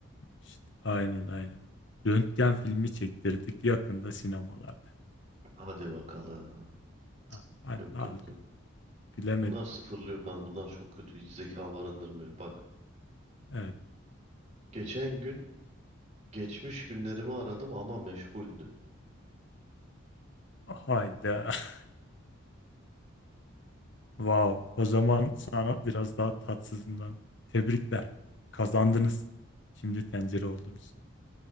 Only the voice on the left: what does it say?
İşte, aynen aynen. Röntgen filmi çektirdik yakında sinemalarda.
Ha, hadi,
hadi,
bilemedim.
Evet.
Hayda. <laughs> Wow. O zaman sana biraz daha tatsızından tebrikler. Kazandınız. Şimdi tencere oldunuz.